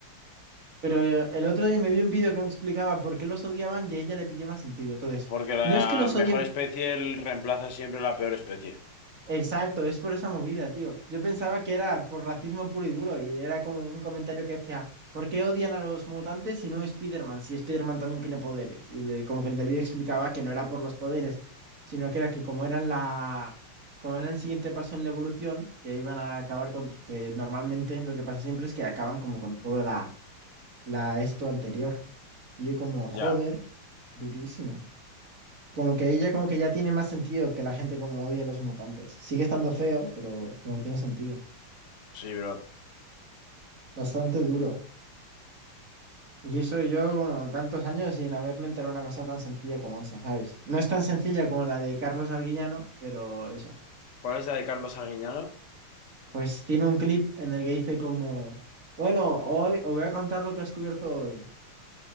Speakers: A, on the right; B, on the left.
A: Pero eh, el otro día me vi un vídeo que me explicaba por qué los odiaban y a ella le pillé más sentido. Entonces,
B: porque la
A: no es que los
B: mejor
A: odien,
B: especie el- reemplaza siempre la peor especie.
A: Exacto, es por esa movida, tío. Yo pensaba que era por racismo puro y duro y era como un comentario que decía, ¿por qué odian a los mutantes y no a Spider-Man? Si Spider-Man también tiene poderes. Y le- como que el del vídeo explicaba que no era por los poderes, sino que era que como eran la, como era el siguiente paso en la evolución, que iban a acabar con, que normalmente lo que pasa siempre es que acaban como con toda la, la esto anterior. Y yo como,
B: Ya,
A: joder, durísimo. Como que ella como que ya tiene más sentido que la gente como odia a los mutantes. Sigue estando feo, pero como que tiene sentido.
B: sí, bro.
A: Bastante duro. Y eso yo como tantos años sin haberme enterado de una cosa tan sencilla como esa, ¿sabes? No es tan sencilla como la de Carlos Arguillano, pero eso.
B: ¿Cuál es la de Carlos Arguiñano?
A: Pues tiene un clip en el que dice como, bueno, hoy os voy a contar lo que he descubierto hoy.